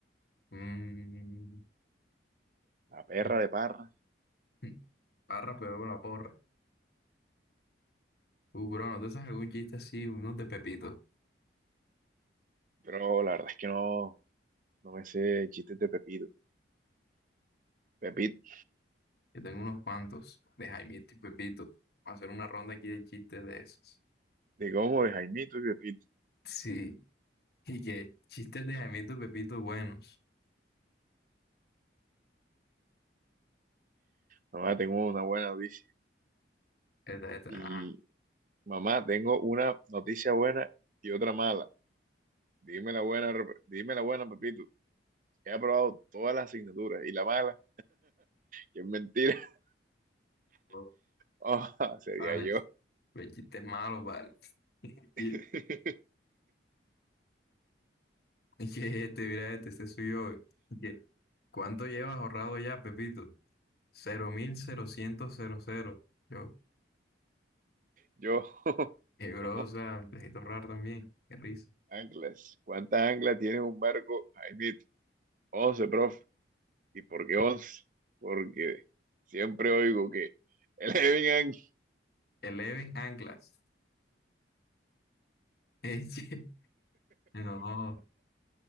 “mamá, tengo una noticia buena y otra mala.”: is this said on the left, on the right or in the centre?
Right